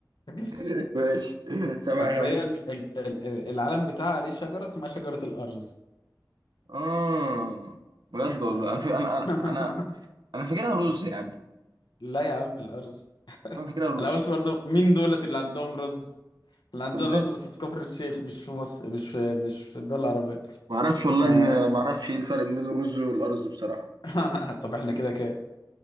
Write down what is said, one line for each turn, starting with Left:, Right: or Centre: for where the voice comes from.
Left: ماشي
Right: <laughs> ماشي سبعة
Left: أصل
Right: خمسة
Left: هي ال- ال- ال- العلم بتاعها عليه شجرة اسمها شجرة الأرز
Right: اه بجد والله
Left: آه.
Right: انا في انا انا
Left: <laughs>
Right: انا أنا فاكرها رز يا عم
Left: لا يا عم الأرز
Right: انا فاكرها رز
Left: أنا قلت برضه مين دولت اللي عندهم رز؟ اللي عندنا
Right: طب ما
Left: رز بس في كفر الشيخ مش في مصر مش في مش في الدول العربية
Right: ما اعرفش والله
Left: آه.
Right: ان ما اعرفش ايه الفرق بين الرز والارز بصراحه
Left: <laughs> طب احنا كده كده